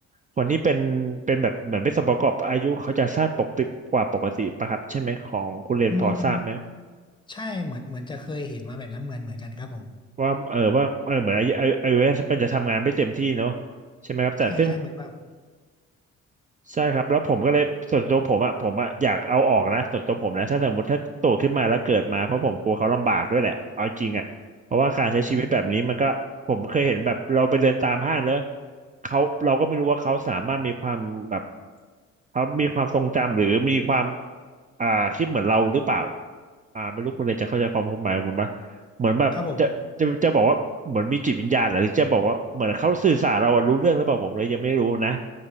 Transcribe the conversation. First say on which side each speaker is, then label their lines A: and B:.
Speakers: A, on the right; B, on the left.
A: คนที่เป็นเป็นแบบเหมือนเป็นสมประกอบอายุเขาจะสั้นปกปิดกว่าปกติปะครับใช่ไหมของคุณเรียนพอทราบไหม
B: อืมใช่เหมือนเหมือนจะเคยเห็นมาแบบนั้นเหมือนเหมือนกันครับผม
A: ว่าเออว่าเออเหมือนอายุอายุอายุมันจะทำงานไม่เต็มที่เนาะใช่ไหมครับแต่ซึ่ง
B: ใช่ใช่เหมือนแบบ
A: ใช่ครับแล้วผมก็เลยส่วนตัวผมอ่ะผมอ่ะอยากเอาออกนะส่วนตัวผมนะถ้าสมมติถ้าโตขึ้นมาแล้วเกิดมาเพราะผมกลัวเขาลำบากด้วยแหละเอาจริงอ่ะเพราะว่าการใช้ชีวิตแบบนี้มันก็ผมเคยเห็นแบบเราไปเดินตามห้างเนอะ
B: อืม
A: เขาเราก็ไม่รู้ว่าเขาสามารถมีความแบบเขามีความทรงจำหรือมีความอ่าคิดเหมือนเราหรือเปล่าอ่าไม่รู้คุณเลยจะเข้าใจความผมหมายของผมปะเหมือนแบบจะจะจะบอกว่าเหมือนมีจิตวิญญาณเหรอหรือจะบอกว่าเหมือนเขาสื่อสารเราอะรู้เรื่องหรือเปล่าผมเลยยังไม่รู้นะ
B: ครับผม